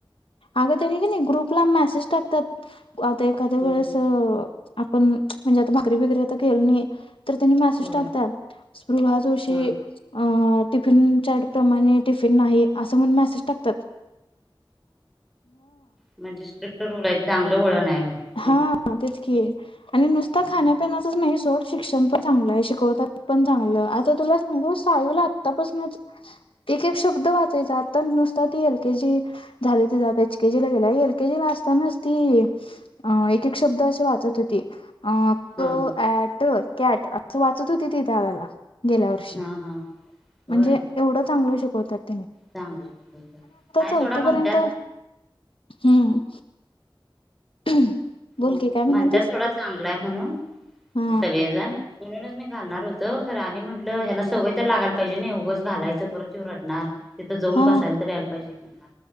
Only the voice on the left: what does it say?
अग तरी का नाही ग्रुपला मेसेज टाकत्यात आता एखाद्या वेळेस
अ आपण म्हणजे आता भाकरी वगैरे आता केलो नाही तर त्यांनी मेसेज
टाकत्यात स्पृहा जोशी
अ टिफिन चॅट प्रमाणे टिफिन नाही असं म्हणून मॅसेज टाकत्यात
हा
तेच की आणि नुसता
खाण्यापिण्याच
नाही सोड शिक्षण पण चांगलं आहे शिकवतात पण चांगलं आता तुला सांगू सायला तपसनच एक एक शब्द वाचायचा आता नुसता ती एल के जी झाली ति एच केजी ला गेले एल केजी ला असतानाच ती अ एक एक शब्द अशी वाचत होती अक
आट कॅट असं वाचत होती ती त्या वेळेला गेल्या वर्षी
म्हणजे एवढं चांगल शिकवत्यात
चौथी
पर्यंत हम्म <inaudible>
की काय म्हणालतीस
हा
हा